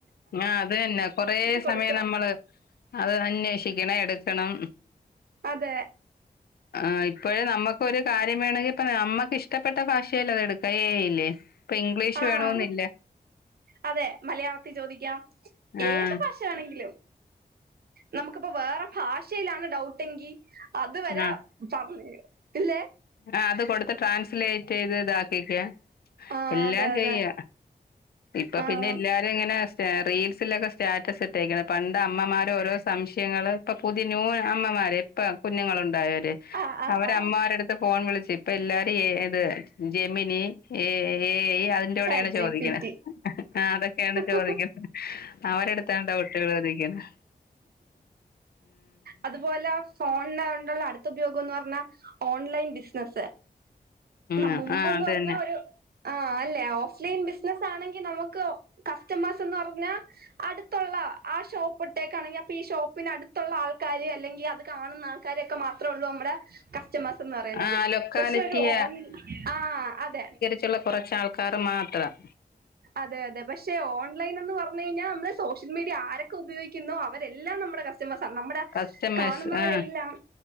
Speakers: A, on the left; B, on the right.
A: ആഹ് അത് തന്നെ കൊറെ
B: കൊടുക്കുക
A: സമയം നമ്മള് അത് അന്വേഷിക്കണം എടുക്കണം.
B: അതെ
A: ആഹ് ഇപ്പോഴും നമ്മുക്ക് ഒരു കാര്യം വേണമെങ്കിൽ ഇപ്പൊ നമ്മുക്ക് ഇഷ്ടപ്പെട്ട ഭാഷയിൽ അത് എടുക്ക എ ഐ ഇല്ലേ ഇപ്പൊ ഇംഗ്ലീഷ്
B: ആഹ്
A: വേണമെന്നില്ല
B: അതെ മലയാളത്തിൽ ചോദിക്കാം
A: ആഹ്
B: ഏത് ഭാഷ ഭാഷവേണമെങ്കിലും നമുക്കിപ്പോ വേറെ ഭാഷയിലാണ് ഡൗട്ടെങ്കിൽ അത് വരെ
A: ആഹ്
B: പറ ഇല്ലേ
A: ആഹ് അത് കൊടുത്ത് ട്രാൻസ്ലേറ്റ് ചെയ്ത് ഇതാക്കിക്കേ
B: ആഹ്
A: എല്ലാം
B: അതെ
A: ചെയ്യ
B: അതെ
A: ഇപ്പൊ
B: ആഹ്
A: പിന്നെ എല്ലാ ഇത് ഇങ്ങനെ റീൽസിലൊക്കെ സ്റ്റാറ്റസ് ഇട്ടേക്കണ് പണ്ട് അമ്മമാരെ ഓരോ സംശയങ്ങള് ഇപ്പൊ പുതിയ ന്യൂ അമ്മമാര് ഇപ്പ കുഞ്ഞുങ്ങളുണ്ടായവര്
B: ആഹ് ആഹ്
A: അവര
B: ആഹ്
A: അമ്മമാരടുത്ത് ഫോൺ വിളിച്ചു ഇപ്പൊ എല്ലാരും ഇത് ജെമിനി എ ഐ അതിന്റെ
B: ചാറ്റ്
A: കൂടെയാണ്
B: ജി
A: ചോദിക്കുന്ന
B: പി റ്റി
A: ആഹ് അതൊക്കെയാണ് ചോദിക്കുന്നത്
B: ഓ
A: അവരെടുത്താണ് ഡൗട്ട് ചോദിക്കുന്നത്
B: അതുപോെ പലെ ഫോണിനായിട്ടുള്ള അടുത്ത ഉപയോഗം എന്ന് പറഞ്ഞാ ഓൺലൈൻ ബിസിനസ്
A: ഉം
B: ന
A: ആ
B: മുമ്പ്ന്ന്
A: അതന്നെ
B: പറഞ്ഞാ ഒരു ആഹ് അല്ലെ ഓഫ്ലൈൻ ബിസിനസ് ആണെങ്കി നമുക്ക് കസ്റ്റമേഴ്സ്ന്ന് പറഞ്ഞാ അടുത്തുള്ള ആ ഷോപ്പ് ഒക്കാണെങ്കിൽ അപ്പൊ ഈ ഷോപ്പിന് അടുത്തുള്ള ആൾക്കാര് അല്ലെങ്കിൽ അത് കാണുന്ന ആൾക്കാരൊക്കെ മാത്രേ ഉള്ളൂ നമ്മുടെ കസ്റ്റമേഴ്സ് എന്ന് പറയുന്നത്
A: ആ ലൊക്കാലിറ്റിയ
B: പക്ഷെ ഒരുൺ ആഹ് അതെ
A: ചുള്ള കുറച്ച് ആൾക്കാർ മാത്രം
B: അതെ അതെ പക്ഷെ ഓൺലൈൻ എന്ന് പറഞ്ഞു കഴിഞ്ഞാൽ നമ്മള് സോഷ്യൽ മീഡിയ ആരൊക്കെ ഉപയോഗിക്കുന്നോ അവരെല്ലാം നമ്മുടെ മസ നമ്മുടെ
A: കസ്റ്റമേഴ്സ്
B: കാണുന്നവരെല്ലാം
A: ആ